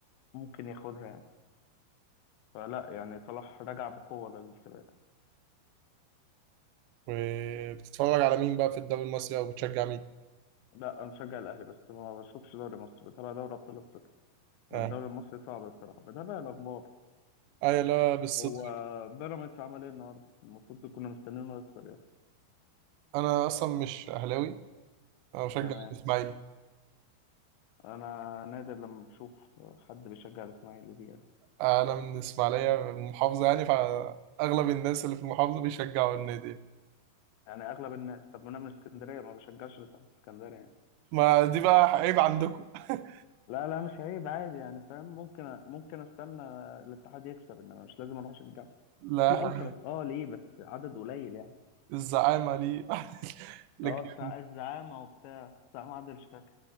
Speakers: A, on the left; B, on the right.
A: ممكن ياخدها يعني فلا يعني صلاح رجع بقوه للسباق
B: وبتتفرج على مين بقى في الدوري المصري او بتشجع مين
A: لا انا مشجع الاهلي بس ما بشوفش دوري مصر بتابع دوري ابطال افريقيا
B: اه
A: انا الدوري المصري صعب الصراحه بتابع الاخبار
B: ايوه لا بالصدفه
A: هو بيراميدز عمل ايه النهارده المفروض كنا مستنينه يخسر يعني
B: انا اصلا مش اهلاوي انا بشجع
A: تمام
B: الاسماعيلي
A: انا نادر لما بشوف حد بيشجع الاسماعيلي دي يعني
B: انا من الاسماعيليه من المحافظه يعني فاغلب الناس اللي في المحافظه بيشجعوا النادي
A: يعني اغلب الناس طب ما انا من اسكندريه ما بشجعش الاتحاد الاسكندري يعني
B: ما دي بقى عيب عندكم <laughs>
A: لا لا مش عيب عادي يعني فاهم ممكن ممكن استنى الاتحاد يكسب انما مش لازم اروح اشجعه
B: لا
A: في التراس اه ليه بس عدد قليل يعني
B: الزعامه ليه <laughs> لكن
A: اه بتاع الزعامه وبتاع بتاع معادل شكل.